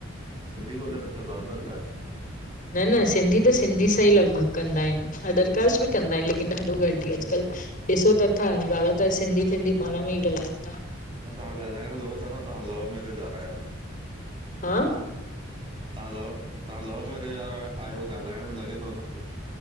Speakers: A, on the right; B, on the left.
A: सिंधी गोो़ले रखियो थव अदर काश
B: न न सिंधी त सिंधी सां ई लॻभॻि कंदा एन अदर कास्ट बि कंदा आहिन लेकिन ॾाढो घटिह अॼुकल्ह ॾिसु त था ज़्यादातर सिंधी सिंधी पाण में ई ॻाल्हायनि था।
A: न तव्हां ॻाल्हाइण लगो था न तव्हां लव मेरिज आरा आहियो।
B: हा
A: तां लव, तां लव मेरिज वारा आहियो ॻाल्हाइण में लॻे थो न